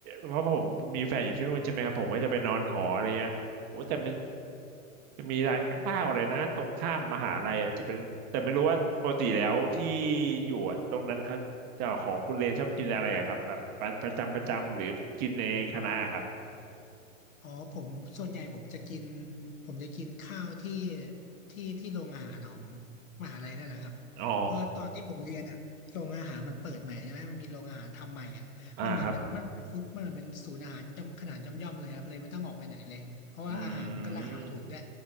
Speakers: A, on the right; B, on the left.
A: เพราะผมมีแฟนอยู่ที่นู่นใช่ไหมครับผมก็จะไปนอนหออะไรเงี้ยโอ้แต่มันจะมีร้านข้าวอะไรนะตรงข้ามมหาลัยอ่ะจะเป็นแต่ไม่รู้ว่าปกติแล้วที่อยู่อะตรงนั้นเขาเจะของคุณเรนชอบกินอะไรอะครับแบบประจำประจำหรือกินในคณะอะครับ
B: อ๋อผมส่วนใหญ่ผมจะกินผมจะกินข้าวที่ที่ที่โรงอาหารของมหาลัยนั่นแหละครับเพราะตอนที่ผมเรียนอ่ะโรงอาหารมันเปิดใหม่ใช่ไหมมันมีโรงอาหารทำใหม่อ่ะมันเหมือนเป็นมันเหมือนเป็นฟู้ดมันเหมือนเป็นศูนย์อาหารย่อมขนาดย่อมย่อมเลยครับเลยไม่ต้องออกไปไหนเลยเพราะว่าอาหารมันก็ราคาถูกด้วย
A: อ๋ออ่าครับอืม